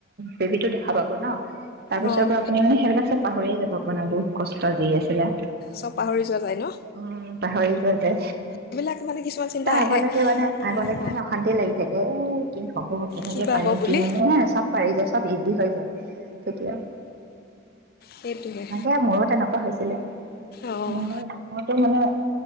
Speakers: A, on the right; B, on the left.
A: বেবি টো <unintelligible> ন তাৰপিছৰ
B: অঁ
A: পৰা আপুনি সেইবিলাক সব পাহৰিয়ে যাব আপোনাৰ দুখ আজি দি আছিলে
B: সব পাহৰি যোৱা যায় ন
A: উম পাহৰি যোৱা যে
B: এইবিলাক মানে কিছুমান চিন্তা
A: তাৰ
B: আহে
A: আগলৈকে মানে
B: কি
A: আগলৈকে
B: হ'ব
A: মানে অশান্তি লাগি থাকে এ কি হব কেনেকে
B: কি বা
A: পাৰিম
B: হ'ব বুলি
A: নাই চব পাৰিছে, চব ইজি হৈ যায়, তেতিয়া
B: সেইটোহে
A: মোৰো তেনেকোৱা হৈছিল <unintelligible>
B: অঁ
A: মোৰ টো মানে